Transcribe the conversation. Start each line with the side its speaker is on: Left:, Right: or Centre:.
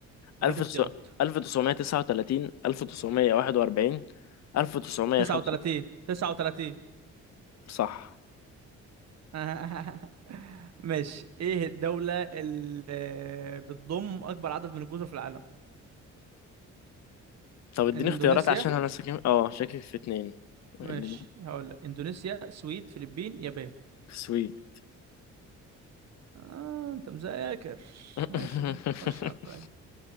Right: دي
Left: 1939
Right: الاختيارات
Left: 1941 1905
Right: 39 39
Left: صح
Right: <laughs> ماشي ايه الدولة اللي بتضم اكبر عدد من الجزر في العالم
Left: طب اديني
Right: اندونيسيا
Left: اختيارات عشان أنا ساكن اه شاكك في اتنين اديني-
Right: ماشي هقول لك اندونيسيا سويد فلبين يابان
Left: سويت
Right: آه انت مذاكر
Left: <laughs>
Right: ماشي خش عليا